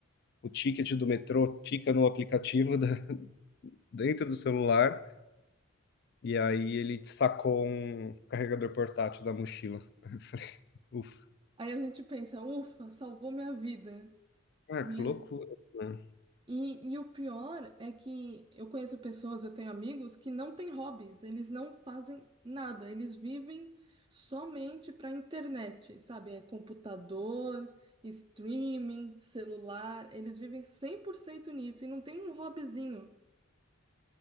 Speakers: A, on the left (about 50°); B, on the right (about 25°).
A: o ticket do metrô fica no aplicativo da- <laughs> dentro do celular, e aí ele sacou um carregador portátil da mochila. <laughs> Eu falei, ufa,
B: Aí a gente pensa: ufa, salvou minha vida.
A: ah,
B: né?
A: que loucura. né?
B: E, e o pior é que eu conheço pessoas, eu tenho amigos que não têm hobbies, eles não fazem nada, eles vivem somente para internet, sabe? É computador, streaming, celular, eles vivem 100% nisso e não tem um hobbyzinho.